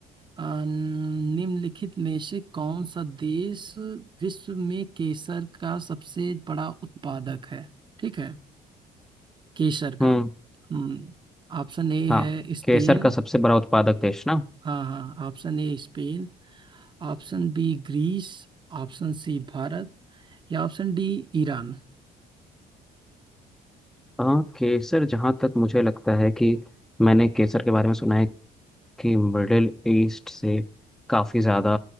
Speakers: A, on the right; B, in the centre.
A: आ, निम्नलिखित में से कौन सा देश विश्व में केसर का सबसे बड़ा उत्पादक है ठीक है केसर
B: हम्म
A: का हम्म ऑप्शन ए
B: हाँ
A: है स्पेन
B: केसर का सबसे बड़ा उत्पादक देश ना
A: हाँ हाँ option A Spain option B Greece option C Bharat या ऑप्शन डी ईरान
B: हाँ केसर जहाँ तक मुझे लगता है कि मैंने केसर के बारे में सुना है कि मिडिल ईस्ट से काफ़ी ज़्यादा